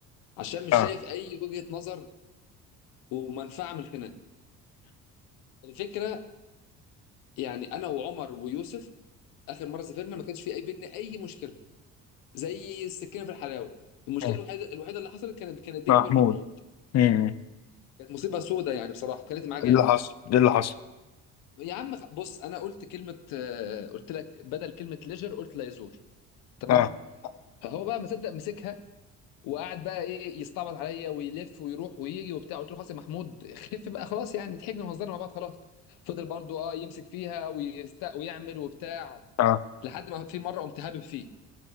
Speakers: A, on the left; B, on the left.
A: عشان مش
B: اه
A: شايف اي وجهة نظر ومنفعة من الخناق الفكرة يعني انا وعمر ويوسف اخر مرة سافرنا ما كانش في اي بينا اي مشكلة زي السكينة في الحلاوة المشكلة
B: مم.
A: الوحيدة الوحيدة اللي حصلت كانت كانت بيني
B: محمود
A: وبين محمود
B: مم.
A: كانت مصيبة سودة يعني بصراحة كانت معاه جامد
B: ايه اللي حصل ايه اللي حصل
A: يا عم خ- بص انا قلت كلمة آه، قلت لك بدل كلمة ليجر قلت لا يزور تمام
B: آه.
A: فهو بقى مصدق مسكها وقعد بقى ايه يستعبط عليا ويلف ويروح ويجي وبتاع قلت له خلاص يا محمود خف بقى خلاص يعني ضحكنا وهزرنا مع بعض خلاص فضل برضو اه يمسك فيها ويست... ويعمل وبتاع
B: اه
A: لحد ما في مره قمت هابب فيه